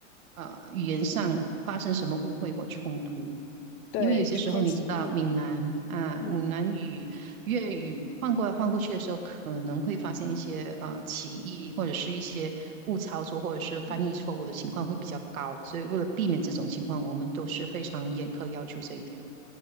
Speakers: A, on the right (about 80°); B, on the left (about 30°).
A: 呃语言上发生什么误会或冲突。
B: 对，
A: 因为有些时候你知道，
B: 出现歧义，
A: 闽南啊、
B: 嗯
A: 闽南语、粤语换过来换过去的时候，可能会发现一些呃歧义，或者是一些误操作，或者是翻译错误的情况会比较高。
B: 嗯。
A: 所以为了避免这种情况，我们都是非常严苛要求这一点。